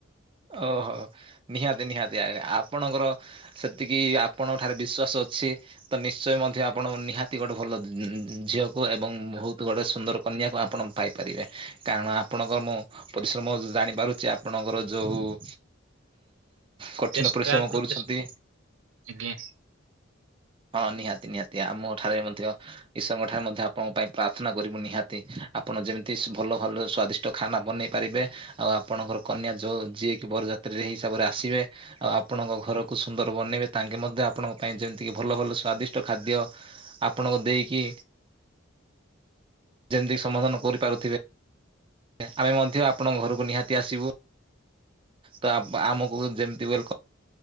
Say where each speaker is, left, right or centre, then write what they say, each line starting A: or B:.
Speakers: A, on the right; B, on the right.
A: ଓହୋ ନିହାତି ନିହାତି ଆଜ୍ଞା ଆପଣଙ୍କର ସେତିକି ଆପଣଙ୍କ ଠାରେ ବିଶ୍ୱାସ ଅଛି। ତ ନିଶ୍ଚୟ ମଧ୍ୟ ଆପଣ ନିହାତି ଗୋଟେ, ଭଲ ଉଁ ଝିଅକୁ ଏବଂ ବହୁତ ଗୋଟେ ସୁନ୍ଦର କନ୍ୟାକୁ ଆପଣ ପାଇପାରିବେ, କାରଣ ଆପଣଙ୍କର ମୁଁ ପରିଶ୍ରମ ଜାଣିପାରୁଛି ଆପଣଙ୍କର ଯୋଉ ଉଁ କଠିନ
B: ଚେଷ୍ଟା
A: ପରିଶ୍ରମ
B: ପ୍ରଚେଷ୍ଟା
A: କରୁଛନ୍ତି।
B: ଆଜ୍ଞା
A: ହଁ ନିହାତି ନିହାତି ଆଉ ମୋ ଠାରେ ମଧ୍ୟ ଈଶ୍ୱରଙ୍କ ଠାରେ ମଧ୍ୟ ଆପଣଙ୍କ ପାଇଁ ପ୍ରାର୍ଥନା କରିବୁ ନିହାତି, ଆପଣ ଯେମିତି ଭଲ ଭଲ ସ୍ଵାଦିଷ୍ଟ ଖାନା ବନେଇ ପାରିବେ, ଆଉ ଆପଣଙ୍କର କନ୍ୟା ଯୋଉଁ ଯିଏ କି ବରଯାତ୍ରୀରେ ଏହି ହିସାବରେ ଆସିବେ ଆଉ ଆପଣଙ୍କ ଘରକୁ ସୁନ୍ଦର ବନେଇବେ, ତାଙ୍କେ ମଧ୍ୟ ଆପଣଙ୍କ ପାଇଁ ଯେମିତିକି ଭଲ ଭଲ ସ୍ଵାଦିଷ୍ଟ ଖାଦ୍ୟ ଆପଣଙ୍କୁ ଦେଇକି। ଯେମିତିକ ସମାଧାନ କରିପାରୁଥିବେ, ଆମେ ମଧ୍ୟ ଆପଣଙ୍କ ଘରକୁ ନିହାତି ଆସିବୁ। ତ ଆମକୁ ଯେମିତି ୱେଲକମ୍